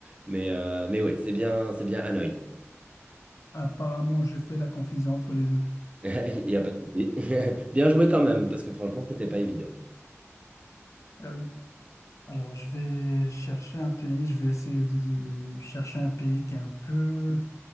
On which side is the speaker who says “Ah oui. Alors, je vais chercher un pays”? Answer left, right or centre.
Left